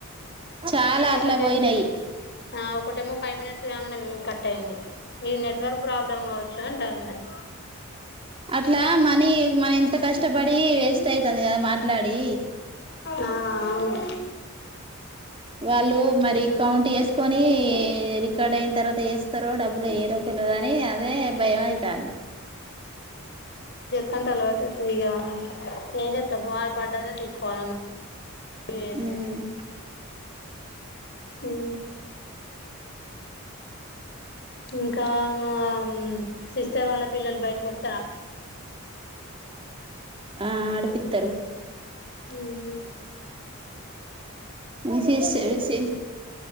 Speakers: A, on the right; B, on the left.
A: చాలా
B: ఒకటే
A: అట్లా పోయినాయి
B: ఆ ఒకటేమో ఫైవ్ మినిట్స్ కాంగనే కట్ అయింది. ఇది నెట్వర్క్ ప్రాబ్లమ్ కావచ్చు. చోంటాల మరి
A: అట్లా మనీ మనం ఇంత కష్టపడి వేస్ట్ అవుతుంది కదా మాట్లాడి
B: ఆ అవును
A: వాళ్ళు మరి కౌంట్ చేసుకొని రికార్డ్ అయిన తర్వాత వేస్తారో డబ్బులు వేయరో తెలియదు అని అదే భయమై తాంది
B: తంటాలు పడి పోతయిగా ఏం చేత్తం మారు పడ్డాంత తీసుకోవాల ఇ వేదుగా
A: ఉమ్
B: అ ఇంకా మా సిస్టర్ వాళ్ళ పిల్లలు బయటికి వస్
A: ఆ ఆడిపిత్తరు
B: హ్మ్
A: విసి స విసి